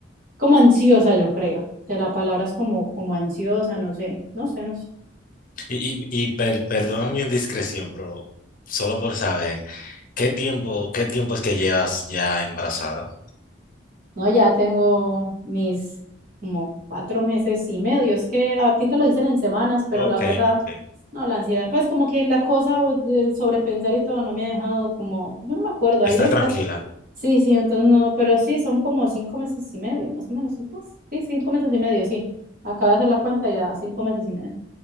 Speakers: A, on the right (about 45°); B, on the left (about 45°).
A: como ansiosa, yo creo, o sea, la palabra es como, como ansiosa, no sé, no sé, no sé,
B: y y, y per- perdona mi indiscreción, pero solo por saber, ¿qué tiempo, qué tiempo es que llevas ya embarazada?
A: no, ya tengo mis como cuatro meses y medio, es que a ti te lo dicen en semanas, pero la
B: Ok,
A: verdad,
B: ok.
A: no, la ansiedad, pues como que la cosa o del sobrepensar y todo no me ha dejado como, yo no me acuerdo, ahí
B: Estar
A: la
B: tranquila.
A: Sí, sí, entonces no, pero sí, son como cinco meses y medio, más o menos, cinco meses. Sí, cinco meses y medio, sí. Acaba de hacer la cuenta y da cinco meses y medio.